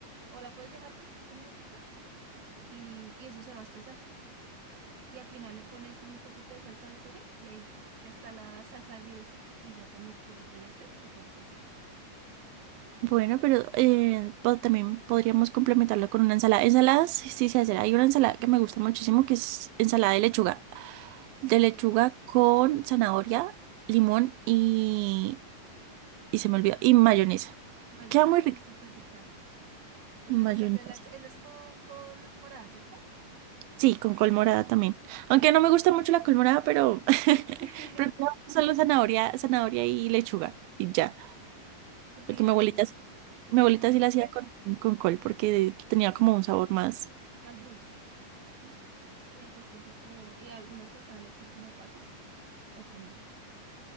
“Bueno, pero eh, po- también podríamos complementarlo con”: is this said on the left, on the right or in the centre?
Right